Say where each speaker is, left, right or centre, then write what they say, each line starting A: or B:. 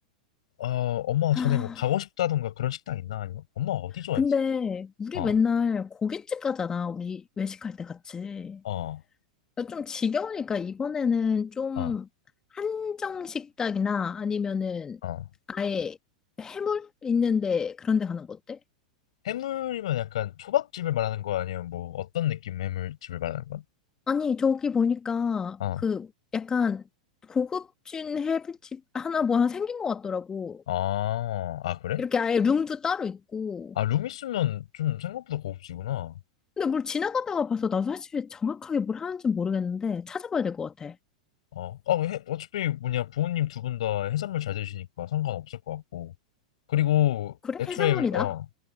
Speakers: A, on the left; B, on the left.
A: 어, 엄마
B: <gasps>
A: 전에
B: 하,
A: 뭐 가고 싶다던가 그런 식당 있나 아니면 엄마 어디 좋아했지?
B: 근데 우리
A: 어,
B: 맨날 고깃집 가잖아. 우리 외식할 때 같이.
A: 어,
B: 그러니까 좀 지겨우니까 이번에는 좀
A: 어,
B: 한정 식당이나 아니면은
A: 어.
B: 아예 해물 있는데 그런 데 가는 거 어때?
A: 해물이면 약간 초밥집을 말하는 거 아니면 뭐 어떤 느낌 해물집을 말하는 거야?
B: 아니 저기 보니까
A: 어.
B: 그 약간 고급진 해물집 하나 뭐 하나 생긴 것 같더라고.
A: 아, 아, 그래?
B: 이렇게 아예 룸도 따로 있고.
A: 아, 룸 있으면 좀 생각보다 고급지구나.
B: 근데 뭘 지나가다가 봐서 나도 사실 정확하게 뭘 하는지 모르겠는데 찾아봐야 될 것 같아.
A: 어, 아, 그 해, 어차피 뭐냐 부모님 두 분 다 해산물 잘 드시니까 상관없을 것 같고. 그리고
B: 그래?
A: 애초에
B: 해산물이다.
A: 우리- 어,